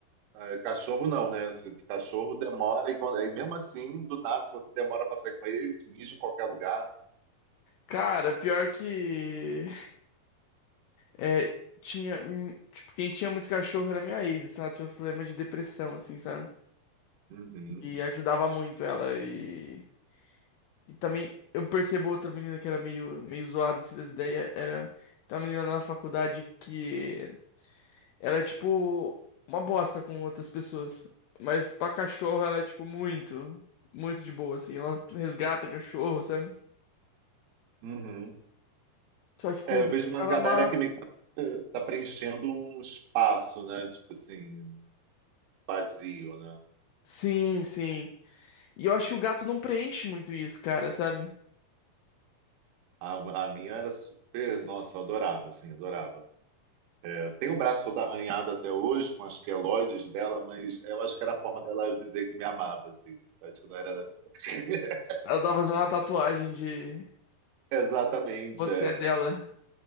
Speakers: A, on the right; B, on the left.
A: Ah, É, cachorro não, né? Se- Cachorro demora e, quando- e mesmo assim, do nada, se você demora pra sair com ele, eles mijam em qualquer lugar.
B: cara, pior que. É, tinha, hum, tipo, quem tinha muito cachorro era minha ex, assim, ela tinha uns problemas de depressão, assim, sabe?
A: Uhum.
B: E ajudava muito ela e, e também eu percebo outra menina que era meio, meio zoada, assim, das ideias, era tem uma menina na faculdade que ela é, tipo, uma bosta com outras pessoas, mas pra cachorro ela é, tipo, muito, muito de boa, assim, ela resgata cachorro, sabe?
A: Uhum.
B: Só que com
A: É,
B: os
A: eu vejo uma
B: ela
A: galera
B: é uma...
A: que meio que tá tá preenchendo um espaço, né? Tipo assim, vazio, né?
B: Sim, sim. E eu acho que o gato não preenche muito isso, cara, sabe?
A: A, a minha era super, nossa, eu adorava, assim, adorava. É, Eu tenho o braço todo arranhado até hoje com as queloides dela, mas eu acho que era a forma dela eu dizer que me amava, assim. Eu Acho que não era <laughs>
B: Ela tá fazendo uma tatuagem de
A: exatamente.
B: você
A: é.
B: é dela.